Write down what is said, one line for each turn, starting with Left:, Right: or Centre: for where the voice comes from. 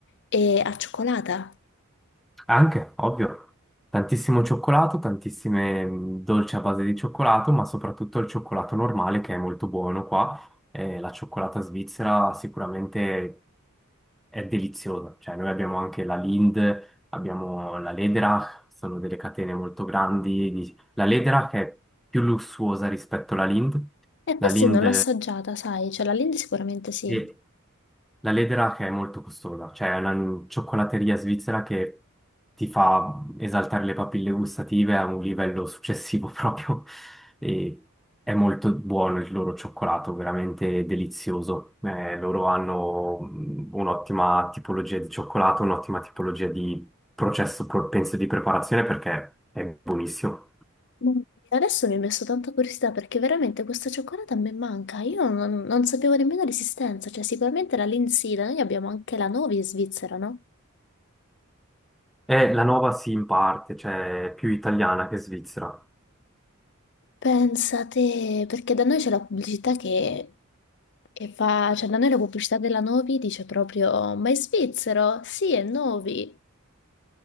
Left: e a cioccolata.
Centre: Anche, ovvio, tantissimo cioccolato, tantissime mh, dolci a base di cioccolato, ma soprattutto il cioccolato normale che è molto buono qua. Eh, la cioccolata svizzera sicuramente è deliziosa. Cioè, noi abbiamo anche la Lind, abbiamo la Lederach, sono delle catene molto grandi. di- La Lederach è più lussuosa rispetto alla Lind.
Left: E
Centre: La
Left: questa
Centre: Lind
Left: non l'ho assaggiata, sai, cioè la Lindt sicuramente sì.
Centre: è la Ledra che è molto costosa, cioè è una cioccolateria svizzera che ti fa esaltare le papille gustative a un livello successivo <laughs> proprio e è molto buono il loro cioccolato, veramente delizioso. Eh, loro hanno mm, un'ottima tipologia di cioccolato, un'ottima tipologia di processo, pro- penso, di preparazione perché è buonissimo.
Left: Ma Adesso mi è messo tanta curiosità perché veramente questa cioccolata a me manca. Io non, non sapevo nemmeno l'esistenza, cioè sicuramente la Lindt sì, da noi abbiamo anche la Novi in Svizzera, no?
Centre: E la nuova sì, in parte, cioè è più italiana che svizzera.
Left: Pensate, perché da noi c'è la pubblicità che, che fa, cioè da noi la pubblicità della Novi dice proprio, ma è svizzero? Sì, è Novi.